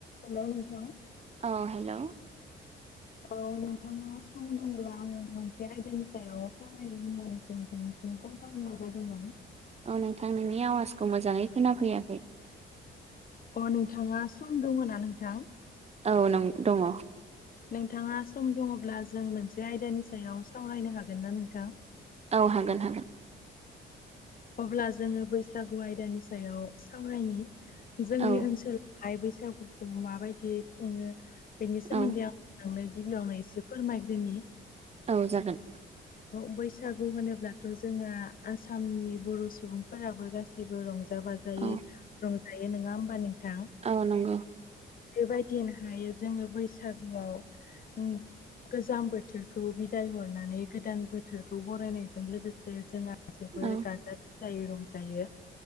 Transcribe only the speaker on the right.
ओ हेल'।
औ नोंथां नोंनि आवाजखौ मोजाङै खोनाफैयाखै।
औ नों दङ।
औ हागोन हागोन।
औ
औ
औ जागोन।
औ
औ नंगौ।
औ